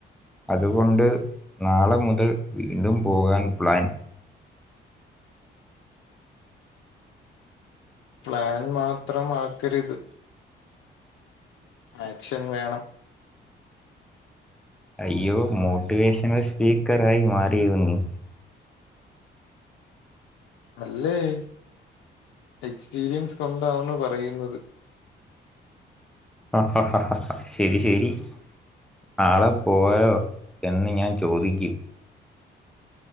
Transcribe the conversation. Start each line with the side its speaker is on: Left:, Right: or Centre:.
Centre: അതുകൊണ്ട് നാളെ മുതൽ വീണ്ടും പോകാൻ പ്ലാൻ
Left: പ്ലാൻ മാത്രം ആക്കരുത് ആക്ഷൻ വേണം
Centre: അയ്യോ മോട്ടിവേഷണൽ സ്പീക്കറായി മാറിയോ നി.
Left: അല്ലേയ് എക്സ്പീരിയൻസ് കൊണ്ടാണ് പറയുന്നത്
Centre: അ ഹ ഹ ഹ ഹാ ശരി ശരി നാളെ പോയോ എന്ന് ഞാൻ ചോദിക്കും